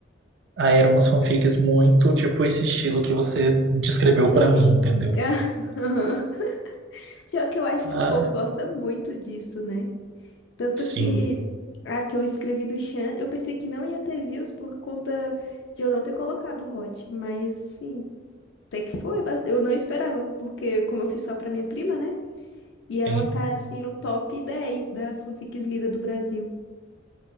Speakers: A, on the right; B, on the left.
A: Ah, eram umas fanfics muito, tipo, esse estilo que você descreveu pra mim, entendeu?
B: <laughs> Pior que eu acho
A: Ah,
B: que o povo gosta muito disso, né? Tanto
A: sim,
B: que a que eu escrevi do Chan, eu pensei que não ia ter views por conta de eu não ter colocado o Hot, mas assim, até que foi, bas- eu não esperava, porque como eu fiz só pra minha prima, né? E
A: sim.
B: ela tá assim no top 10 das fanfics lidas do Brasil.